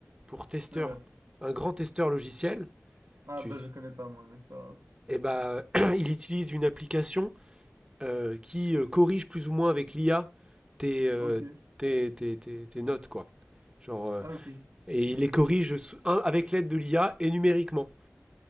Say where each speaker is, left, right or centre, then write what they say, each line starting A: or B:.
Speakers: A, on the right; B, on the right.
A: pour testeur,
B: Euh,
A: un grand testeur logiciel,
B: Ah,
A: Tu...
B: bah je connais pas moi, mais c'est pas grave.
A: eh ben, <clears throat> <coughs> il utilise une application euh, qui euh, corrige plus ou moins avec l'IA tes, euh,
B: Ok.
A: tes, tes- tes- tes notes, quoi. Genre, euh,
B: Ah, ok.
A: et il les corrige un, avec l'aide de l'IA et numériquement.